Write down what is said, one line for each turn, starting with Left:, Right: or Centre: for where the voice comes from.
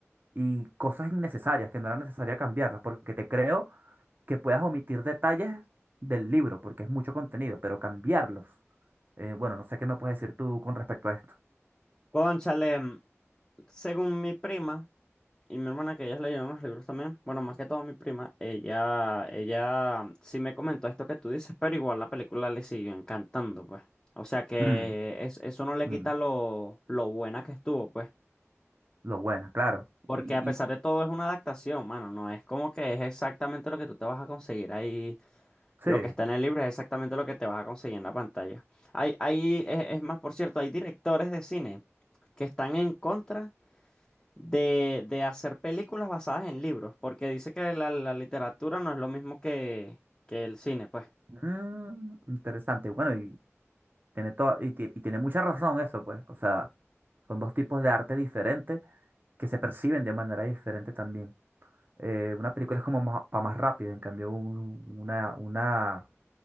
Right: y cosas innecesarias que no era necesaria cambiarlas, porque te creo que puedas omitir detalles del libro, porque es mucho contenido, pero cambiarlos. eh, bueno, no sé qué me puedes decir tú con respecto a esto.
Left: Cónchale, mm, según mi prima y mi hermana, que ellas leyeron los libros también, bueno, más que todo mi prima, ella, ella mm, sí me comentó esto que tú dices, pero igual la película le siguió encantando, pues. O sea que
Right: Mm,
Left: es- eso no le
Right: mm,
Left: quita lo, lo buena que estuvo, pues.
Right: lo bueno, claro.
Left: Porque
Right: Y,
Left: a pesar
Right: y-
Left: de todo es una adaptación, mano, no es como que es exactamente lo que tú te vas a conseguir ahí,
Right: sí,
Left: lo que está en el libro es exactamente lo que te vas a conseguir en la pantalla. Hay, hay, es es más, por cierto, hay directores de cine que están en contra de, de hacer películas basadas en libros, porque dice que la, la literatura no es lo mismo que, que el cine, pues.
Right: mm, interesante. Bueno, y tiene toda, y, tie- y tiene mucha razón eso, pues. O sea, son dos tipos de arte diferentes que se perciben de manera diferente también. Eh, una película es como más, para más rápido, en cambio un- una, una